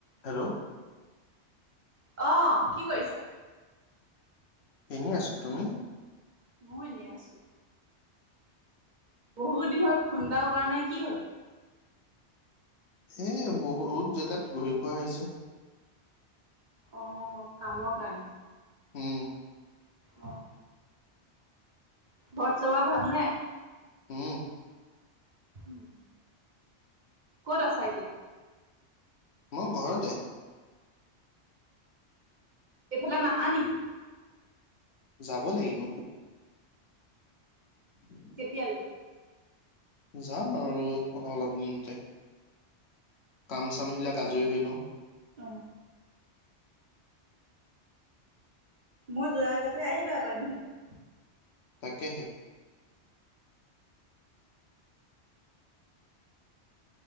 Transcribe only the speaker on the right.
অ', কি কৰিছা?
মইয়ো, এনেই আছো। বহুত দিন হ'ল ফোন এটাও কৰা নাই, কি হ'ল?
অ, কামৰ কাৰণে।
অ', অ'। ঘৰত চবৰে ভাল নে?
উম। ক'ত আছ এতিয়া?
এইফালে নাহা নেকি?
কেতিয়ালৈ?
অ', মই, যোৱাৰ আগতে আহিবা নহলে